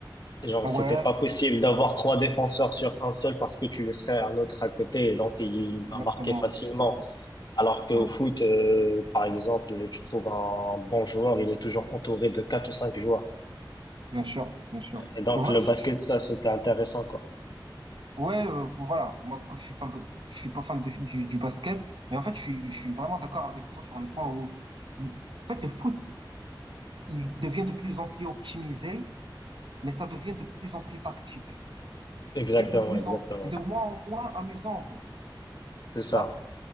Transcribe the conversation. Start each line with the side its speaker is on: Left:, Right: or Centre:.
Left: Genre,
Right: ouais,
Left: c'était
Right: ouais,
Left: pas possible d'avoir trois défenseurs sur un seul parce que tu laisserais un autre à côté et donc il
Right: exactement.
Left: va marquer facilement.
Right: Ouais,
Left: Alors qu'au
Right: ouais,
Left: foot, euh, par exemple, tu trouves un bon joueur, il est toujours entouré de quatre ou cinq joueurs.
Right: bien sûr, bien sûr.
Left: Et donc
Right: Voilà,
Left: le
Right: je,
Left: basket,
Right: suis-
Left: ça, c'était intéressant, quoi.
Right: Ouais, euh, voilà. Moi, comme je suis fan, de- je suis pas fan de- du, du basket, mais en fait, je suis, je suis vraiment d'accord avec toi sur le point où, en fait, le foot, il devient de plus en plus optimisé, mais ça devient de plus en plus tactique
Left: Exactement,
Right: et de plus
Left: exactement.
Right: en, et de moins en moins amusant, en fait.
Left: C'est ça.
Right: Là,